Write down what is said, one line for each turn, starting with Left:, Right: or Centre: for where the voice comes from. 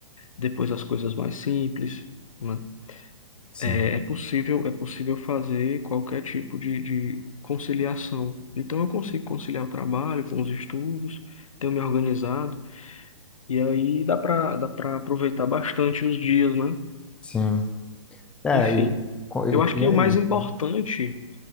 Left: depois as coisas mais simples, né?
Centre: sim,
Left: É, é possível, é possível fazer qualquer tipo de, de conciliação. Então, eu consigo conciliar o trabalho com os estudos, tenho me organizado. E aí dá para dá para aproveitar bastante os dias, né?
Centre: sim. É,
Left: Enfim,
Centre: e, co- e
Left: eu acho
Centre: e
Left: que
Centre: é
Left: o mais
Centre: isso.
Left: importante,